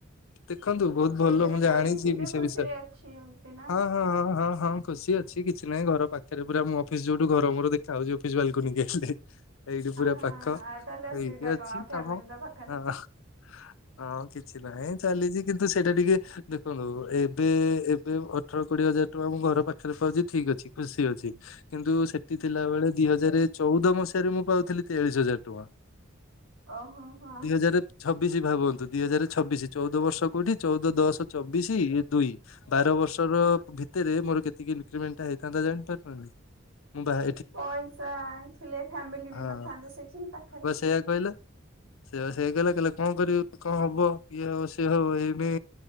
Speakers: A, on the left; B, on the right.
A: ଦେଖନ୍ତୁ ବହୁତ ଭଲ
B: ଏବେ ତ
A: ମୁଁ
B: ଯୋଉଠି
A: ଜାଣିଛି
B: ଥିବେ
A: ବି ସେ
B: ଖୁସିରେ
A: ବିଷୟରେ
B: ଅଛି ଏମତି ନା।
A: ହଁ ହଁ ହଁ ହଁ ହଁ। ଖୁସି ଅଛି କିଛି ନାହିଁ ଘର ପାଖରେ ପୁରା ମୁଁ ଅଫିସ ଯୋଉଠୁ ଘର ମୋର ଦେଖା ହାଉଛି ଅଫିସ ବାଲକୁନିକୁ ଆସିଲେ। ଏଇଠି ପୁରା
B: ଆ
A: ପାଖ
B: ଆଉ ତାହେଲେ ଅସୁବିଧା
A: ଏଇଠି ଅଛି
B: କଣ ଫ୍ୟାମିଲି
A: କାମ
B: ତ ପାଖରେ।
A: ହଁ। ହଁ କିଛି ନାହିଁ। ଚାଲିଛି କିନ୍ତୁ ସେଇଟା ଟିକେ ଦେଖନ୍ତୁ ଏବେ ଏବେ ଅଠର କୋଡିଏ ହଜାର ଟଙ୍କା ମୁଁ ଘର ପାଖରେ ପାଉଛି ଠିକ୍ ଅଛି ଖୁସି ଅଛି। କିନ୍ତୁ ସେଠି ଥିଲା ବେଳେ ଦି ହଜାର ଚଉଦ ମସି ହାରେ ମୁଁ ପାଉଥିଲି ତେୟାଳିଶ ହଜାର ଟଙ୍କା
B: ଓହୋ ହଁ।
A: ଦି ହଜାର ଛବିଶି ଭାବନ୍ତୁ ଦିଇ ହଜାର ଛବିଶି ଚଉଦ ବର୍ଷ କୋଉଠି ଚଉଦ ଦଶ ଚବିଶି ଇଏ ଦୁଇ ବାର ବର୍ଷର ର ଭିତରେ ମୋର କେତିକି ଇନକ୍ରିମେଣ୍ଟ ହେଇଥାନ୍ତା ଜାଣି ପାରୁଚନ୍ତି ମୁଁ ବାହା
B: ପଇସା ଥିଲେ ଫ୍ୟାମିଲି ବି
A: ହଁ
B: ନଥାନ୍ତେ ସେଠି ପାଖରେ।
A: ସେଇଆ କହିଲ। ସେୟା ବା ସେଇଆ କହିଲା କହିଲା କଣ କରିବି କଣ ହବ ଇଏ ହବ ସିଏ ହବ ଏଇମି